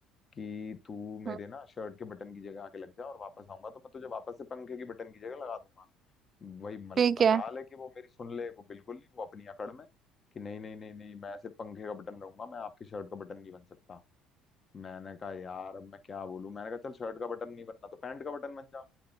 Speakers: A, on the left; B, on the right.
A: कि तू मेरे
B: हम्म,
A: ना शर्ट के बटन की जगह आके लग जा और वापस आऊंगा तो मैं तुझे वापस से पंखे की बटन की जगह लगा दूंगा वही मल-
B: ठीक
A: मजाल
B: है
A: है कि वो मेरी सुन ले वो बिल्कुल नहीं वो अपनी अकड़ में कि नहीं नहीं नहीं नहीं मैं सिर्फ पंखे का बटन रहूंगा मैं आपकी शर्ट का बटन नहीं बन सकता मैंने कहा यार अब मैं क्या बोलूं मैंने कहा चल शर्ट का बटन नहीं बनना तो पैंट का बटन बन जा